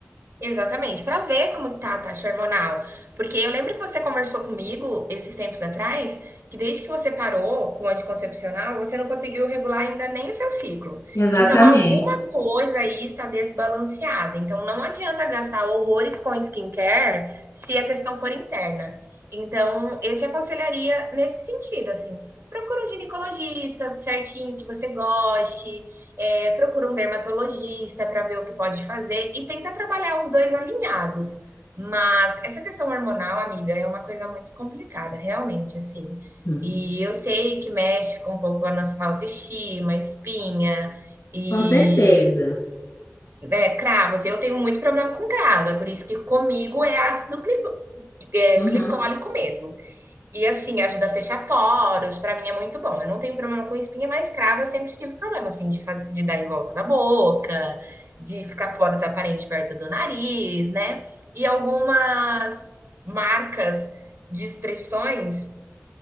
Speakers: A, on the right; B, on the left.
A: Exatamente, para ver como tá a taxa hormonal. Porque eu lembro que você conversou comigo esses tempos atrás, que desde que você parou com o anticoncepcional, você não conseguiu regular ainda nem o seu ciclo.
B: Exatamente.
A: Então, alguma coisa aí está desbalanceada. Então, não adianta gastar horrores com skincare se a questão for interna. Então, eu te aconselharia nesse sentido, assim, procura um ginecologista certinho que você goste, é, procura um dermatologista para ver o que pode fazer e tenta trabalhar os dois alinhados. Mas essa questão hormonal, amiga, é uma coisa muito complicada, realmente, assim.
B: Uhum.
A: E eu sei que mexe com um pouco a nossa autoestima, espinha e
B: Com certeza.
A: né, cravos. Eu tenho muito problema com cravo, é por isso que comigo é ácido clico- é,
B: Uhum.
A: glicólico mesmo. E assim, ajuda a fechar poros, pra mim é muito bom. Eu não tenho problema com espinha, mas cravo eu sempre tive problema, assim, de, faz- de dar em volta da boca, de ficar poros aparentes perto do nariz, né? E algumas marcas de expressões